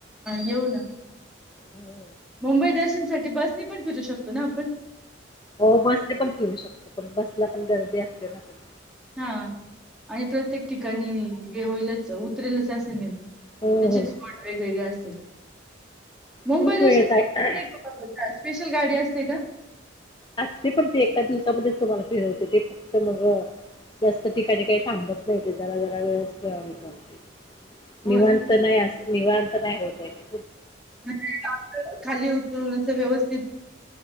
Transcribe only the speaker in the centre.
ये ना
मुंबई द ठी बसने पण फिरू शकतो ना आपण
हा आणि प्रत्येक ठिकाणी हे होईलच उतरेलच असे नाही त्याचे
स्पॉट वेगवेगळे असते मुंबई
दर्शनसाठी
कुठे एक स्पेशल गाडी असते का
हो
ना.
म्हणजे खाली उतरण्याच व्यवस्थित